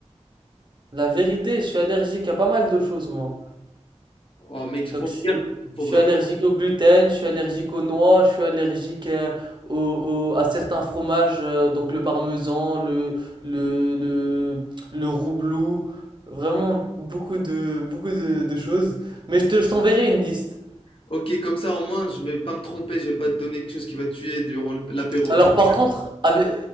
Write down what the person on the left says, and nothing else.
Oh mec, il
faut
me dire, il faut
vraiment.
Ok, comme ça au moins je vais pas me tromper, je vais pas te donner quelque chose qui va te tuer durant l'apéro.
<laughs>